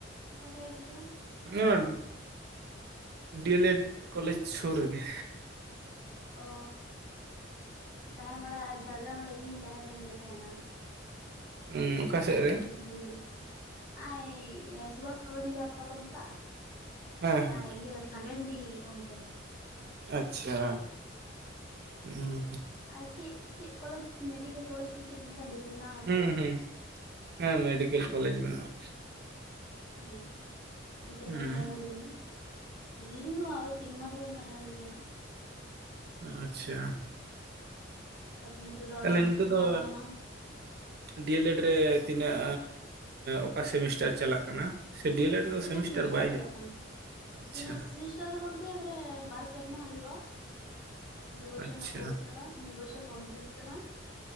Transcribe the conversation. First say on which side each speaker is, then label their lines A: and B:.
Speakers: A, on the left (about 50°); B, on the right (about 55°).
A: ᱚᱠᱟ ᱥᱟᱭᱤᱰ ᱨᱮ ᱪᱚᱝ
B: ᱚᱱᱟ ᱰᱤ ᱮᱞ ᱮᱰ ᱠᱚᱞᱮᱡᱽ ᱥᱩᱨ ᱨᱮᱜᱮ
A: ᱚ ᱛᱟᱦᱮᱸ ᱵᱟᱲᱟᱜ ᱡᱷᱟᱲᱜᱨᱟᱢ ᱨᱮ ᱤᱧᱤᱧ ᱛᱟᱦᱮᱸᱞᱮᱱ ᱜᱮ ᱛᱟᱦᱮᱸᱱᱟ
B: ᱦᱩᱸ ᱚᱠᱟ
A: ᱚᱱᱟ
B: ᱥᱮᱫ ᱨᱮ
A: ᱛᱮᱧ ᱞᱟᱭ ᱮᱫ ᱟ ᱱᱟᱼᱟᱭ ᱥᱩᱵᱷᱟᱥ ᱠᱚᱞᱚᱱᱤ ᱡᱟᱦᱟᱸ ᱠᱚ ᱢᱮᱛᱟᱜᱼᱟ
B: ᱦᱮᱸ ᱦᱮᱸ
A: ᱟᱨ ᱤᱭᱟᱹ ᱥᱟᱹᱜᱮᱱᱰᱤ ᱚᱱᱛᱮ
B: ᱟᱪᱪᱷᱟ ᱦᱩᱸ
A: ᱟᱨ ᱪᱮᱫ ᱪᱮᱫ ᱠᱚᱞᱮᱡᱽ ᱢᱮᱰᱤᱠᱮᱞ ᱠᱚᱞᱮᱡᱽ ᱥᱮ ᱪᱮᱫ ᱢᱤᱫᱴᱟᱝ ᱵᱮᱥ ᱢᱮᱱᱟᱜᱼᱟ, ᱱᱚᱛᱮ
B: ᱦᱩᱸ
A: ᱨᱮ?
B: ᱦᱮᱸ ᱢᱮᱰᱤᱠᱮᱞ ᱠᱚᱞᱮᱡᱽ ᱢᱮᱱᱟᱜᱼᱟ᱾
A: ᱦᱮᱸ ᱚᱱᱛᱮ ᱨᱮᱜᱮ
B: ᱦᱩᱸ
A: ᱛᱟᱦᱮᱸ ᱦᱩᱭ ᱞᱮᱱᱟ᱾ ᱠᱤᱪᱷᱩ ᱫᱤᱱ ᱫᱚ ᱵᱟᱝ ᱳᱭ ᱛᱤᱱ ᱢᱟᱥ ᱜᱟᱱ ᱛᱟᱦᱮ ᱦᱩᱭ ᱞᱮᱱᱟ᱾
B: ᱟᱪᱪᱷᱟ
A: ᱛᱟ ᱵᱟᱞᱮ ᱱᱤᱛᱚᱜ ᱫᱚ <unintelligible>
B: ᱛᱟᱦᱞᱮ ᱱᱤᱱᱤᱛᱟᱹ ᱫᱚ
A: ᱧᱟᱢ ᱟᱠᱟᱱᱟ
B: ᱰᱤ ᱮᱞ ᱮᱰ ᱨᱮ ᱛᱤᱱᱟᱹᱜ ᱚᱠᱟ ᱥᱮᱢᱤᱥᱴᱟᱨ ᱪᱟᱞᱟᱜ ᱠᱟᱱᱟ? ᱥᱮ ᱰᱤ ᱮᱞ ᱮᱰ ᱨᱮᱫᱚ
A: ᱥᱮᱠᱮᱱᱰ
B: ᱥᱮᱢᱤᱥᱴᱟᱨ ᱵᱟᱭ
A: ᱪᱟᱞᱟᱜ
B: ᱦᱩᱭᱩᱜ
A: ᱠᱟᱱᱟ
B: ᱟᱪᱪᱷᱟ
A: ᱥᱮᱢᱤᱥᱴᱟᱨ ᱫᱚ ᱵᱚᱞᱛᱮ ᱢᱟᱱᱮ ᱵᱟᱨ ᱥᱮᱨᱢᱟ ᱦᱳᱭᱳᱜᱼᱟ, ᱫᱩ ᱵᱚᱪᱷᱚᱨ
B: ᱟᱪᱪᱷᱟ
A: ᱨᱮᱱᱟᱜ ᱠᱳᱨᱥ ᱠᱟᱱᱟ᱾ ᱢᱤᱫ ᱵᱚᱪᱷᱚᱨ ᱠᱚᱢᱯᱞᱤᱴ ᱠᱟᱱᱟ᱾